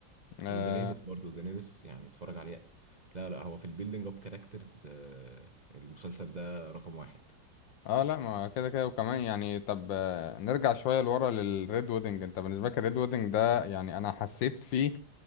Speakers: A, on the left; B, on the right.
A: اه
B: ودانيريس برضه دانيريس يعني اتفرج عليه لا لا هو في البيلدينج اب كاركترز المسلسل ده رقم واحد
A: آه، لا ما كده كده وكمان يعني طب آه، نرجع شويه لورا للريد ويدنج انت بالنسبه لك الريد ويدنج ده يعني انا حسيت فيه